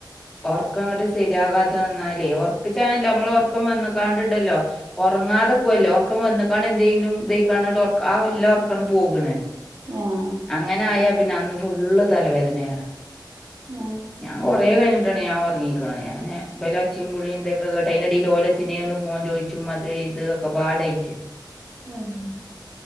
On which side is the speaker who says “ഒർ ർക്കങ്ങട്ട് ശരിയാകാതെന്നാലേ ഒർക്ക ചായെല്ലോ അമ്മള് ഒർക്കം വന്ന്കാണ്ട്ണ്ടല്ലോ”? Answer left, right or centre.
Centre